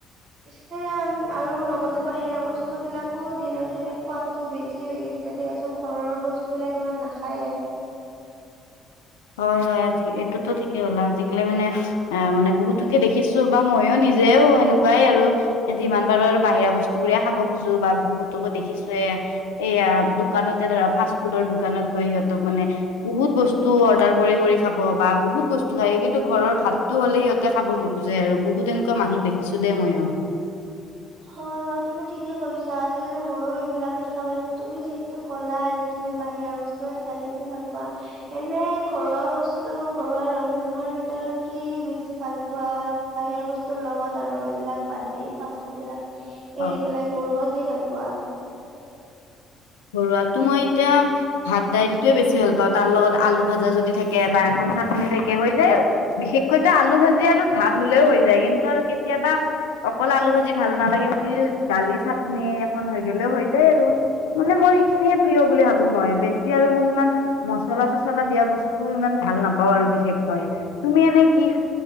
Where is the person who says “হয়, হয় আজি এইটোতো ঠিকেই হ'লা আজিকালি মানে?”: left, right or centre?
Left